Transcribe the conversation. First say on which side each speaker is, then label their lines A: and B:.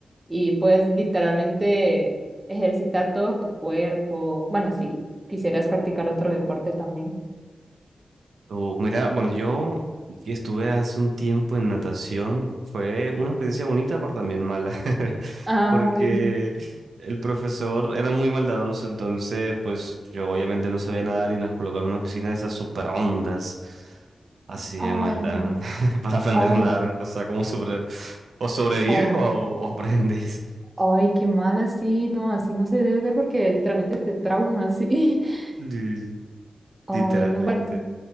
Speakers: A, on the right (about 20°); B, on the right (about 75°).
A: y puedes literalmente ejercitar todo tu cuerpo. Bueno, sí ¿Quisieras practicar otro deporte también?
B: O, mira, bueno, yo estuve hace un tiempo en natación. Fue una experiencia bonita, pero también mala. <laughs>
A: Ay,
B: Porque el profesor era muy maldadoso, entonces, pues yo obviamente no sabía nadar y nos colocaron en una piscina de esas super ondas. Así
A: ay,
B: de maldad. <laughs> Para aprender
A: ay,
B: a nadar, o sea, como sobre... o sobrevives
A: ay,
B: o, o aprendes.
A: ay, qué mal así, no, así no se debe hacer porque literalmente te traumas. sí. <laughs>
B: <laughs> Li-
A: Ay,
B: Literalmente.
A: no, bueno.